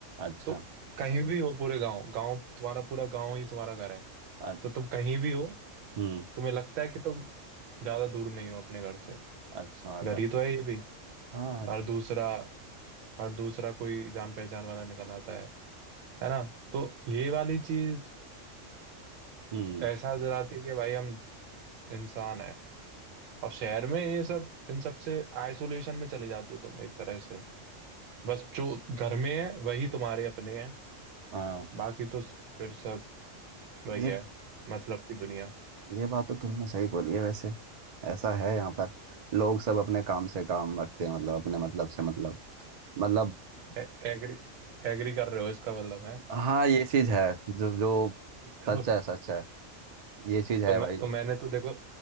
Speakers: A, on the right; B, on the right.
A: अच्छा
B: तो कहीं भी हो पूरे गांव गांव तुम्हारा पूरा गांव ही तुम्हारा घर है
A: अ-
B: तो तुम कहीं भी हो
A: हम्म
B: तुम्हें लगता है कि तुम ज्यादा दूर नहीं हो अपने घर से
A: अच्छा मतलब
B: घर ही तो है ये भी
A: हाँ
B: और दूसरा और दूसरा कोई जान पहचान वाला निकल आता है है ना तो ये वाली चीज
A: हम्म
B: एहसास दिलाती है कि भाई हम इंसान है और शहर में ये सब इन सब से आइसोलेशन में चले जाते हो तुम एक तरह से बस जो घर में है वही तुम्हारे अपने हैं
A: हाँ
B: बाकी तो फिर सब वही
A: ये
B: है मतलब की दुनिया
A: ये बात तो तुमने सही बोली है वैसे ऐसा है यहाँ पर लोग सब अपने काम से काम रखते हैं मतलब अपने मतलब से मतलब मतलब
B: ए- एग्री एग्री कर रहे हो इसका मतलब है
A: हाँ ये चीज है जो जो
B: तो,
A: सच है सच है ये चीज है
B: तो, मैं,
A: भाई
B: तो मैंने तो देखो